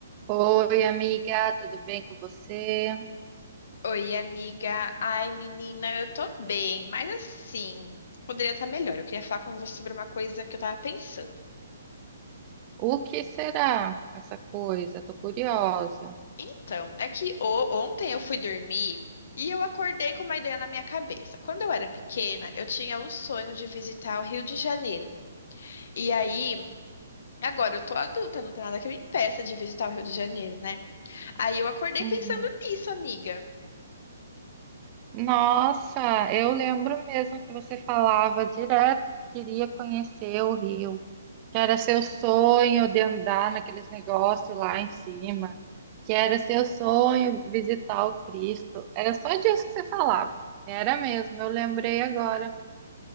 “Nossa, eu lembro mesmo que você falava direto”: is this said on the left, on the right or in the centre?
Right